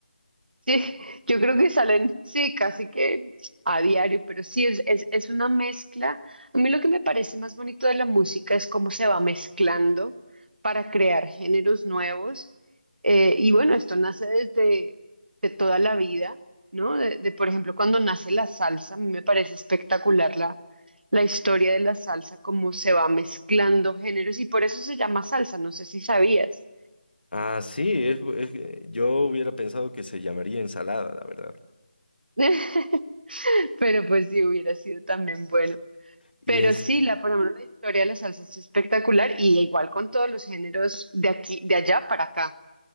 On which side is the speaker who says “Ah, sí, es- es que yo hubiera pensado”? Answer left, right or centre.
Left